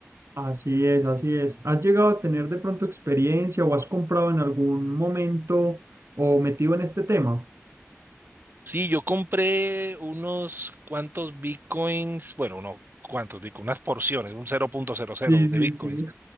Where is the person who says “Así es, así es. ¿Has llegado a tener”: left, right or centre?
Right